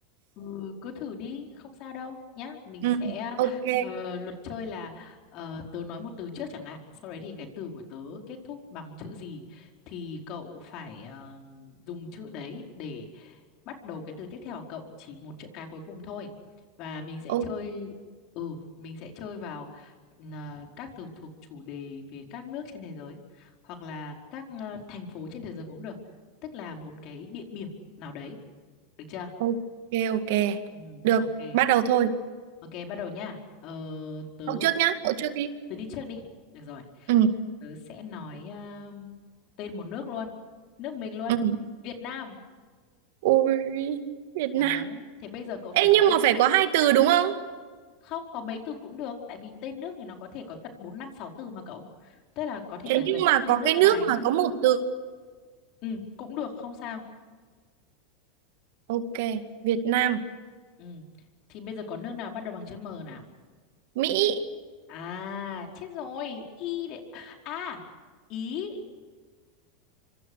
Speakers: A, on the left (about 50°); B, on the right (about 70°).
A: Ừ, cứ thử đi, không sao đâu nhá. Mình
B: Ừ,
A: sẽ
B: ok,
A: ờ, luật chơi là ờ, tớ nói một từ trước chẳng hạn, sau đấy thì cái từ của tớ kết thúc bằng chữ gì thì cậu phải ờ, dùng chữ đấy để bắt đầu cái từ tiếp theo của cậu, chỉ một chữ cái cuối cùng thôi. Và mình sẽ
B: ok,
A: chơi ừ, mình sẽ chơi vào ờ, các từ thuộc chủ đề về các nước trên thế giới hoặc là các ờ, thành phố trên thế giới cũng được, tức là một cái địa điểm nào đấy, được chưa?
B: ok, ok.
A: Ừ,
B: Được,
A: ok.
B: bắt đầu thôi.
A: Ok, bắt đầu nha. Ờ, tớ
B: Cậu trước nhá, cậu trước đi.
A: tớ đi trước đi. Được rồi.
B: ừ
A: Tớ sẽ nói um, tên một nước luôn. Nước mình luôn.
B: ừ
A: Việt Nam.
B: ôi Việt
A: Đấy,
B: Nam
A: thế bây giờ cậu
B: ê
A: phải nói
B: nhưng mà phải có hai từ đúng không
A: không có mấy từ cũng được tại vì tên nước thì nó có thể có tận 4 5 6 từ mà cậu. Tức là có thể
B: thế
A: cả
B: nhưng
A: cái
B: mà
A: tên
B: có
A: nước
B: cái
A: dài
B: nước
A: ấy.
B: mà có một từ
A: Ừ, cũng được không sao.
B: ok Việt Nam
A: Ừ. Thì bây giờ có nước nào bắt đầu bằng chữ M nào?
B: Mỹ
A: À, chết rồi. Y đấy. À, Ý.